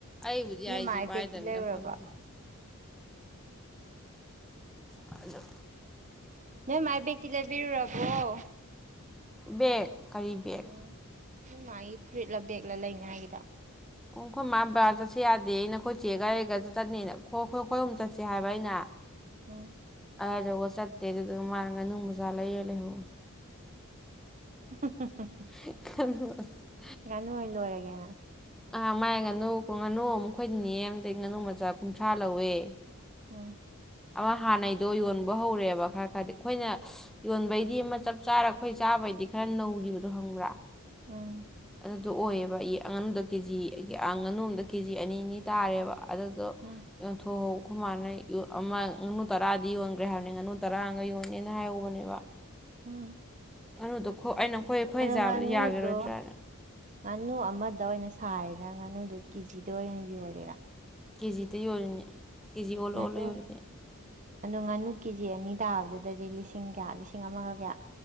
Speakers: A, in the centre; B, on the right.
A: ꯑꯩꯕꯨꯗꯤ
B: ꯅꯣꯏ
A: ꯑꯥꯏ
B: ꯃꯥꯏ
A: ꯖꯤ ꯄꯥꯏꯗꯕꯅꯤꯅ
B: ꯕꯦꯒꯇꯤ ꯂꯩꯔꯨꯔꯕꯣ
A: ꯐꯪꯗꯦ ꯑꯗꯨꯗ
B: ꯅꯣꯏ ꯃꯥꯏ ꯕꯦꯒꯛꯇꯤ ꯂꯩꯕꯤꯔꯨꯔꯕꯣ
A: ꯕꯒ ꯀꯥꯔꯤ ꯕꯒ
B: ꯎꯝ ꯍꯣꯏ ꯃꯥꯒꯤ ꯐꯨꯔꯤꯠꯂ ꯕꯦꯒꯂ ꯂꯩꯅꯤꯉꯥꯏꯒꯤꯗ
A: ꯎ ꯑꯩꯈꯣꯏ ꯃꯥ ꯕꯥ ꯆꯠꯁꯤ ꯌꯥꯗꯦ ꯑꯩꯅ ꯑꯩꯈꯣꯏ ꯆꯦꯒꯔꯤꯒ ꯆꯠ ꯆꯠꯅꯤꯅ ꯑꯩꯣꯏ ꯑꯩꯈꯣꯏ ꯑꯨꯝ ꯆꯠꯁꯦ ꯍꯥꯏꯕ ꯑꯩꯅ
B: ꯎꯝ
A: ꯑꯩꯔꯒ ꯆꯠꯇꯦ ꯑꯗꯨꯗꯨꯒ ꯃꯥꯡꯒ ꯅꯨꯡ ꯃ ꯆꯥꯂꯌꯦꯦꯜ ꯂꯩꯍ
B: ꯍ
A: <unintelligible>
B: ꯉꯅꯨ ꯏꯂ ꯋꯥꯔꯒꯦꯅ
A: ꯑꯥ ꯃꯥꯏ ꯉꯥꯅꯨ ꯉꯥꯅꯨ ꯃꯈꯣꯏ ꯅ ꯑꯗꯒꯤꯩ ꯉꯥꯅꯨ ꯃꯆꯥ ꯀꯨꯟꯊ꯭ꯔꯥ ꯂꯧꯋꯦ
B: ꯎꯝ
A: ꯑꯃ ꯍꯥꯟꯅꯩꯗꯣ ꯌꯣꯟꯕ ꯍꯧꯔꯦꯕ ꯈꯔ ꯈꯔꯗꯤ ꯑꯩꯈꯣꯏꯅ ꯌꯣꯟꯕꯩꯗꯤ ꯑꯃ ꯆꯞ ꯆꯥꯔ ꯑꯩꯈꯣꯏ ꯆꯥꯕꯩꯗꯤ ꯈꯔ ꯅꯧꯔꯤꯕꯗꯣ ꯍꯪꯕ꯭ꯔꯥ
B: ꯎꯝ
A: ꯑꯗꯨꯗꯣ ꯑꯣꯏꯌꯦꯕ ꯏ ꯑꯉꯥꯅꯨꯗ ꯀꯦꯖꯤ ꯉꯥꯅꯨ ꯑꯝꯗ ꯀꯦꯖꯤ ꯑꯅꯤ ꯑꯅꯤ ꯇꯥꯔꯦꯕ ꯑꯗꯨꯗꯣ
B: ꯎꯝ
A: ꯌꯣꯟꯊꯣꯛꯍꯧꯕ ꯈꯨ ꯃꯥꯥꯟꯅꯩ ꯑꯃ ꯉꯥꯅꯨ ꯇꯔꯥꯗꯤ ꯌꯣꯟꯈ꯭ꯔꯦ ꯍꯥꯏꯕꯅꯤ ꯉꯥꯅꯨ ꯇꯔꯥꯒ ꯌꯣꯟꯅꯦꯦꯅ ꯍꯥꯏꯍꯧꯕꯅꯦꯕ
B: ꯎꯝ
A: ꯑꯗꯨꯗꯣ ꯑꯩꯅ ꯑꯩꯈꯣꯏ ꯑꯩꯈꯣꯏ
B: ꯑꯗꯣ
A: ꯆꯥꯕꯗꯤ
B: ꯉꯥꯅꯨꯗꯣ
A: ꯌꯥꯈꯤꯔꯣꯏꯗ꯭ꯔꯥꯅ
B: ꯉꯥꯅꯨ ꯑꯃꯗ ꯑꯣꯏꯅ ꯁꯥꯔꯤꯔꯥ ꯉꯥꯅꯨꯗꯨꯣ ꯀꯦꯖꯤꯗ ꯑꯣꯏꯅ ꯌꯣꯜꯂꯦꯔꯥ
A: ꯀꯦꯖꯤꯗ ꯌꯣꯔꯤꯅꯦ ꯀꯦꯖꯤ ꯑꯣꯜꯂ
B: ꯉꯥꯅꯨ
A: ꯑꯣꯜꯂ ꯌꯣꯔꯤꯅꯦ
B: ꯑꯗꯣ ꯉꯥꯅꯨ ꯀꯦ ꯖꯤ ꯑꯅꯤ ꯇꯥꯕꯗꯨꯗꯗꯤ ꯂꯤꯁꯤꯡ ꯀꯌꯥ ꯂꯤꯁꯤꯡ ꯑꯃꯒ ꯀꯌꯥ